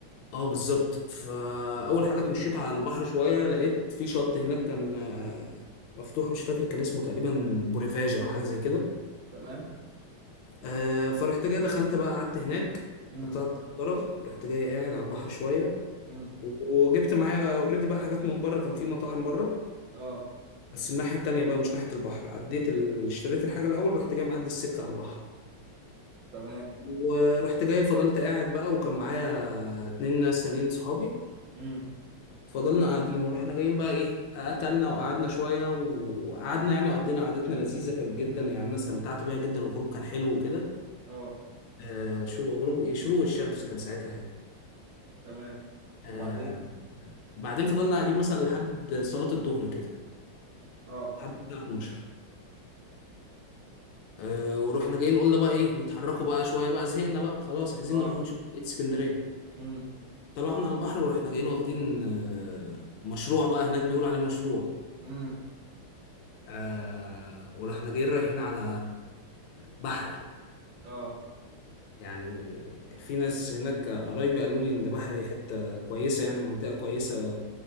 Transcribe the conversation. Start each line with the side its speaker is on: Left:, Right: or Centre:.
Left: اه بالظبط فاول حاجه اتمشيت على البحر شويه لقيت في شط هناك كان آه، مفتوح مش فاكر كان اسمه تقريبا بوريفاجا او حاجه زي كده
Right: تمام
Left: آه، فرحت جاي دخلت بقى قعدت هناك
Right: امم
Left: قطعت تذكره رحت جاي قاعد على البحر شويه
Right: امم
Left: وجبت معايا اوريدي بقى حاجات من بره كان في مطاعم بره
Right: اه
Left: بس الناحيه التانيه بقى مش ناحيه البحر عديت ال... اشتريت الحاجه الاول رحت جاي معدي السكه على البحر
Right: تمام
Left: ورحت جاي فضلت قاعد بقى وكان معايا اتنين ناس تانيين صحابي
Right: امم
Left: فضلنا قاعدين ورحنا جايين بقى ايه اكلنا وقعدنا شويه وقعدنا يعني قضينا قعدتنا لذيذه كانت جدا يعني انا استمتعت بيها جدا الغروب كان حلو وكده
Right: اه
Left: آه شروق غروب ايه شروق الشمس كان ساعتها حلو
Right: تمام وبعدين
Left: آه بعدين فضلنا قاعدين مثلا لحد صلاه الظهر كده
Right: اه
Left: لحد الساعه 12 آه ورحنا جايين قلنا بقى ايه نتحركوا بقى شويه بقى زهقنا بقى خلاص عايزين
Right: اه
Left: نروح نشوف بقيه اسكندريه
Right: امم
Left: طلعنا على البحر ورحنا جايين واخدين آه مشروع بقى هناك بيقولوا عليه مشروع
Right: امم
Left: آه ورحنا جايين رايحين على بحري
Right: اه
Left: يعني في ناس هناك قرايبي قالوا لي ان بحري حته كويسه يعني منطقه كويسه